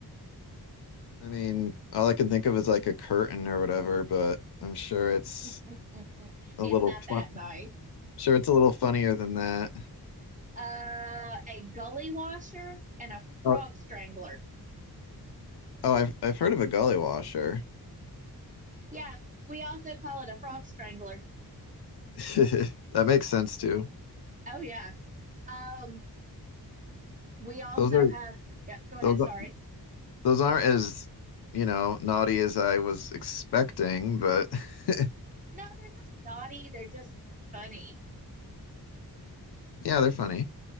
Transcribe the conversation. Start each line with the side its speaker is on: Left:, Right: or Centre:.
Left: I mean, all I can think of is like a curtain or whatever, but I'm sure it's
Right: <laughs>
Left: a
Right: It's
Left: little
Right: not that
Left: fun.
Right: nice.
Left: Sure, it's a little funnier than that.
Right: Uh, a gully washer and a frog
Left: Oh,
Right: strangler.
Left: Oh, I've I've heard of a gully washer.
Right: Yeah, we also call it a frog strangler.
Left: <laughs> That makes sense too.
Right: Oh yeah. Um, we also
Left: Those are
Right: have, yeah, go ahead,
Left: those are-
Right: sorry.
Left: those aren't as, you know, naughty as I was expecting, but <laughs>
Right: No, they're not naughty, they're just funny.
Left: yeah, they're funny